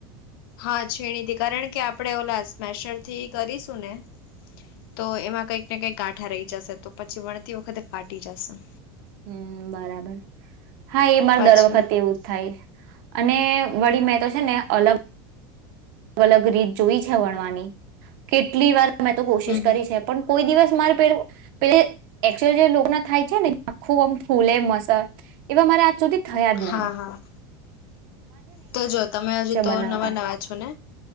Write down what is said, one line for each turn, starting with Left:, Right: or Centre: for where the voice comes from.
Left: હા છીણીથી કારણ કે આપણે ઓલા સ્મેશર થી કરીશું ને તો એમાં કઈક ને કંઈક ગાંઠા રહી જશે તો પછી વણતી વખતે ફાટી જશે.
Right: હમ્મ બરાબર હા એ મારે
Left: પછી
Right: દર વખત એવું જ થાય અને વળી મે. તશે ને અલગ. અલગ અલગ રીત જોઈ છે વણવાની કેટલી વાર. મેં તો કોશિશ
Left: હમ
Right: કરી
Left: હમ
Right: છે પણ કોઈ દિવસ મારે પેલુ પેલ એકચુ જે લોગ્ન થાય છે ને આખું આમ ફૂલે મસર એવા મારે આજ સુધી. થયા જ
Left: હા
Right: નહી
Left: હા તો જો તમે હજુ તો
Right: બનાવતા
Left: નવા નવા છો ને.